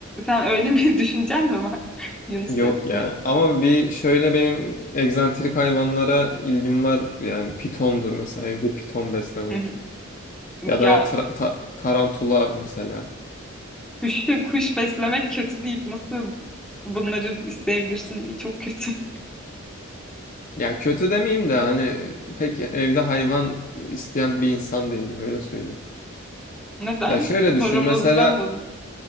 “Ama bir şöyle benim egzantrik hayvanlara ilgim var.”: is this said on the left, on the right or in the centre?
Left